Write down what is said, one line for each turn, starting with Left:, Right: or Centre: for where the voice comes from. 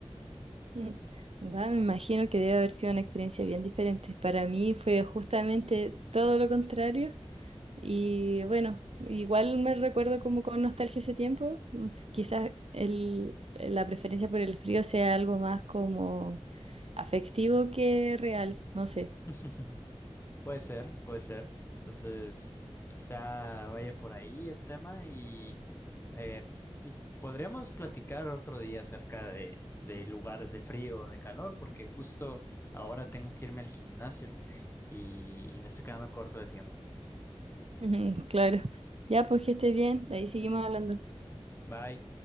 Right: Mm. Va, me imagino que debe haber sido una experiencia bien diferente. Para mí fue justamente todo lo contrario y bueno, igual me recuerdo como con nostalgia ese tiempo. Mm, Quizás el, la preferencia por el frío sea algo más como afectivo que real, no sé.
Left: <laughs> Puede ser, puede ser. Entonces, quizá vaya por ahí el tema y, eh, y podríamos platicar otro día acerca de, de lugares de frío o de calor, porque justo ahora tengo que irme al gimnasio y, y me estoy quedando corto de tiempo.
Right: <laughs> Ujú, Claro. Ya, pues que estés bien, ahí seguimos hablando.
Left: Bye.